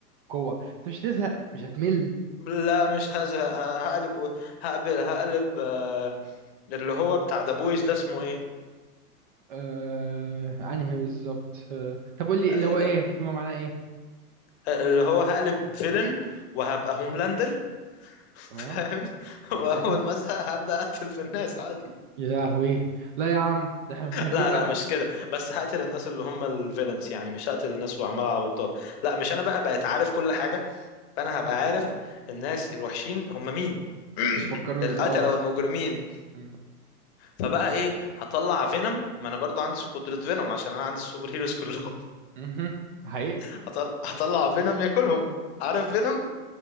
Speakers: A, on the right; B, on the left.
A: القوه انت مش هتزهق مش هتمل
B: لا مش هزهق ه- هقلب هقبل هقلب آه، اللي هو بتاع ذا بويز ده اسمه ايه
A: آه انهي بالظبط آه طب قول لي
B: آه،
A: اللي هو ايه
B: آه،
A: فيما معناه ايه
B: آه، اللي هو هقلب فيلن وهبقى هوملاندر <laughs> فاهم
A: تمام تمام
B: واول
A: <laughs>
B: ما ازهق هبدا اقتل في الناس عادي
A: يا لهوي لا يا عم ده احنا مش هنجيب
B: لا لا
A: لك
B: مش كده بس هقتل الناس اللي هم الفيلنس يعني مش هقتل الناس وعمال على بطال لا مش انا بقى بقيت عارف كل حاجة فانا هبقى عارف الناس الوحشين هم مين
A: بيفكروا
B: <clears throat> القتلة
A: از اه
B: والمجرمين
A: مم.
B: فبقى ايه هطلع فينوم ما انا برضو عندي قدرة فينوم عشان انا عندي السوبر هيروز كلهم
A: مهم. حقيقي
B: <laughs> هطلع هطلع فينوم ياكلهم عارف فينوم